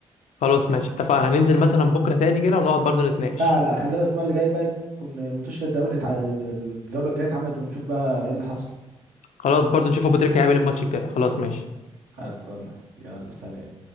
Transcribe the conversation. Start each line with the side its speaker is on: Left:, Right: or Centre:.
Left: خلاص ماشي اتفقنا هننزل مثلا بكره تاني كده ونقعد برضو نتناقش
Right: لا لا خلينا الاسبوع اللي جاي بقى يكون منتشر الدوري تع... الجوله الجايه اتعملت ونشوف بقى ايه اللي حصل
Left: خلاص برضو نشوف أبو تريكة هيعمل الماتش الجاي خلاص ماشي
Right: خلصانه يلا سلام